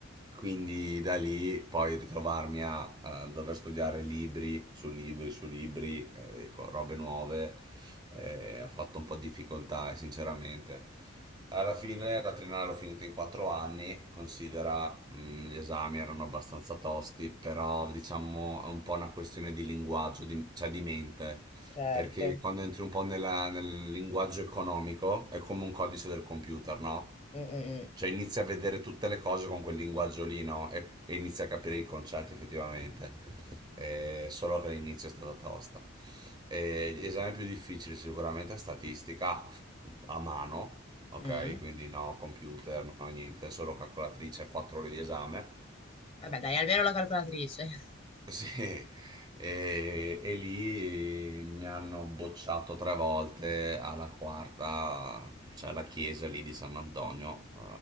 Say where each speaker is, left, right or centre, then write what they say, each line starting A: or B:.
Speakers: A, on the right; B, on the left.
A: quindi da lì poi ritrovarmi a, eh, dover studiare libri su libri su libri, eh, co- robe nuove, eh, ho fatto un po' di difficoltà, eh, sinceramente. Alla fine la triennale l'ho finita in quattro anni, considera mh, gli esami erano abbastanza tosti, però diciamo è un po' una questione di linguaggio, di- cioè di mente.
B: Certo.
A: Perché quando entri un po' nella- nel linguaggio economico è come un codice del computer, no?
B: Mm, mm,
A: Cioè inizi a vedere tutte le cose con quel linguaggio lì, no? E, e inizi a capire i concetti effettivamente. Eh, solo che l'inizio è stata tosta. Eh, gli esami più difficili sicuramente è statistica f- a mano, ok?
B: mm, mm.
A: Quindi no computer, no niente, solo calcolatrice, 4 ore di esame.
B: Vabbè, dai, almeno la calcolatrice. <laughs>
A: Sì, e, e lì mi hanno bocciato tre volte alla quarta, c'è la chiesa lì di San Antonio, eh,